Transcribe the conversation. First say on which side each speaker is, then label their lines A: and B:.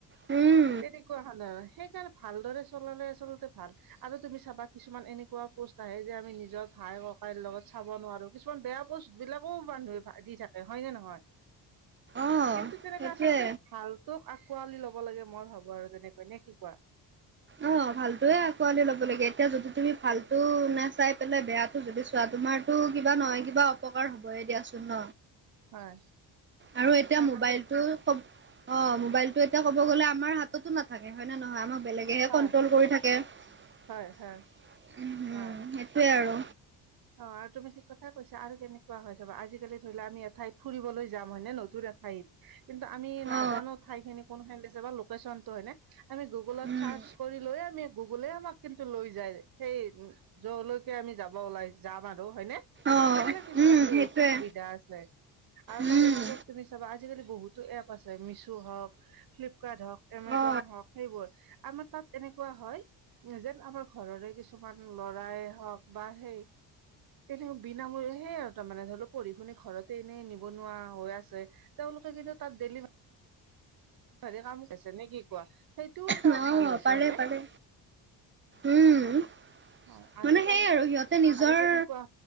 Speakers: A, on the right; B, on the right.
A: উম।
B: তেনেকুৱা সাধাৰণ। সেইকাৰণে ভালদৰে চলালে আচলতে ভাল, আৰু তুমি চাবা কিছুমান এনে কোৱা পোষ্ট আহে যে আমি নিজৰ ভাই হক ভাইৰ লগত চাব নোৱাৰো। কিছুমান বেয়া পোষ্টবিলাকো মানুহে দি থাকে হয়নে নহয়?
A: অ',
B: কিন্তু তেনেকে
A: সেইটোৱে।
B: আচলতে ভালতোক আকোৱালি ল'ব ল'ব লাগে মই ভাবো আৰু তেনেকৈ, নে কি কোৱা?
A: অঁ ভালটোৱে আঁকোৱালি ল'ব লগে, এতিয়া যদি তুমি ভালটো নাচাই পেলাই বেয়াটো যদি চোৱা তোমাৰ টো কিবা নহয় কিবা অপকাৰ হ'বয়ে দিয়াচোন ন।
B: হয়
A: আৰু এতিয়া
B: আ-
A: মোবাইলটো
B: আৰু
A: ক'ব অ। মোবাইলটো এতিয়া ক'ব গ'লে আমাৰ হাততো নাথাকে, হয় নে নহয়? আমাক বেলেগে
B: হয়
A: কন্ট্ৰল কৰি থাকে। উম
B: হয় হয় হয়
A: সেইটোয়ে আৰু।
B: অ আৰু তুমি ঠিক কথাই কৈছা। আৰু কেনেকুৱা হয় চবা, আজিকালি ধৰি লোৱা আমি এঠাইত ফুবলৈ যাম হয় নে নতুন এঠাইত। কিন্তু আমি নাজানো
A: অ
B: ঠাই খিনি কোন খিনি দিছে বা লেকেশচনটো হয়নে? আমি গুগলত
A: উম
B: চাৰ্চ কৰি লৈ আমি গুগলে আমাক কিন্তু লৈ যায়। সেই যৰলৈকে আমি যাব ওলাইছো। যাম আৰু হয়নে?
A: অ
B: সেইগিলাক কিছুমান
A: উম
B: বহুতো
A: সেইটোৱে
B: সুবিধা আছে। আৰু
A: উম
B: তাৰে মাজত তুমি চাবা আজিকালি বহুত টো এপ আছে। মিছো হওক, ফ্লিপকাৰ্ট হওক, এমেজন
A: অ
B: হওক, সেইবোৰ। আমাৰ তাত এনেকুৱা হয়, যেন আমাৰ ঘৰৰে কিছুমান লৰাই হওক বা সেই এনে বিনামূলে সে আৰু তাৰমানে ধৰি লওক পঢ়ি শুনি ঘৰতে এনেই নিবনুৱা হৈ আছে। তেওঁলোকে যেতিয়া তাত ডেলি হয় কাম <unintelligible> কছে নে কি কোৱা? সেইটোও এটা
A: উম
B: ভাল
A: অ
B: হৈছে
A: পাৰে
B: হয়নে?
A: পাৰে উম।
B: অ
A: মানে
B: তাৰ
A: সেই আৰু সিহঁতে নিজৰ
B: আৰু কেনেকুৱা